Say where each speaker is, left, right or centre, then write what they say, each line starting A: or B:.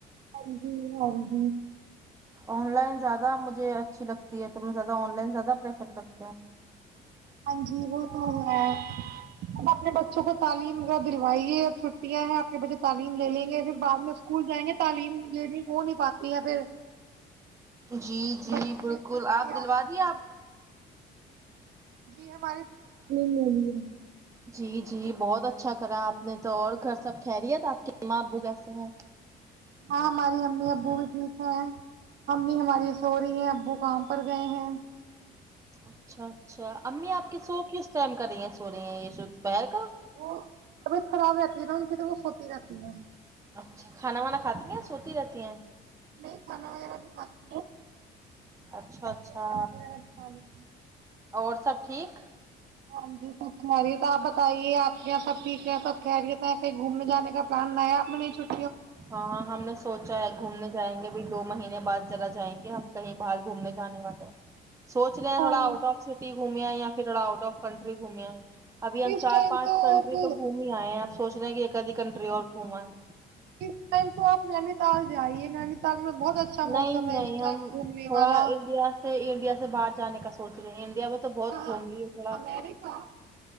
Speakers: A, on the right (about 75°); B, on the right (about 20°).
A: ہاں جی ہاں ہاں
B: آن لائن زیادہ مجھے اچھی لگتی ہے تو میں زیادہ آن لائن زیادہ پریفر کرتی ہ
A: ہاں جی وہ تو ہے اب اپنے بچوں کو تعلیم کا دلوائیے اب چھٹیاں ہیں آپ کے بچے تعلیم لے لیں گے پھر بعد میں اسکول جائیں گے تعلیم یہی ہو نہیں پاتی پھر
B: جی جی
A: بچے
B: بالکل
A: تھک
B: آپ
A: کے
B: دلوا
A: آتے ہیں
B: دیے آپ
A: جی ہمارے پیٹ کانی ہو رہی ہے
B: جی جی بہت اچھا کرا آپ نے تو اور گھر سب کھہریا تھا آپ کے ااں ابو کیسے ہیں
A: ہاں ہماری امی ابو بھی ٹھیک ہیں امی ہماری سو رہی ہے ابو کام پر گئے ہیں
B: اچھا اچھا امی آپ کے سو کی اس ٹائم کر رہی ہیں سو رہی ہیں یہ جو دوپہر کا
A: وہ طبیعت خراب رہتی ہے نا ان تو وہ ہووتی رہتی ہے
B: اچھا کھانا وانا کھاتی ہیں سوتی رہتی ہیں
A: نہیں کھانا وغیرہ بھی کھاتی ہے ا
B: اچھا اچھا
A: پرما وغیرہ دکھان <unintelligible>
B: اور سب ٹھیک
A: ہاں جی سب کہرییت آپ بتائیے آپ کے یہاں سب ٹھیک ہیں سب خہرییت ہیں کہیں گھومنے جانے کا پلان لیا آپ نے نہیں چ
B: ہاںاں ہم نے سوچا ہے گھومنے جائیں گے ابھی دو مہینے بعد ذرا جائیں گے ہم کہیں باہر گھومنے جانے والے ہیں سوچے
A: ہاں
B: تھوڑا آؤٹ آف سٹی گھومیا ہے یا پھر آؤٹ آف کنٹری گھومیا ہے ابھی ہم
A: اس
B: چار
A: ٹائم
B: پانچ
A: تو
B: کنٹری
A: آپ
B: تو گھوم ہی آئے ہیں ا سوچنا کہ ایک ادھی کنٹری اور گھما ہے
A: اس ٹائم تو آپ نینی تال جائیے نینی تال میں بہت اچھا موسم
B: نہیں
A: ہے
B: نہیں
A: اس
B: ہم
A: ٹائم گھومنے
B: تھوڑا
A: والا
B: انڈیا سے انڈیا سے باہر جانے سوچ رہے انڈیا تو بہت
A: ہاں
B: گھوم لیے تھوڑا
A: امیریکا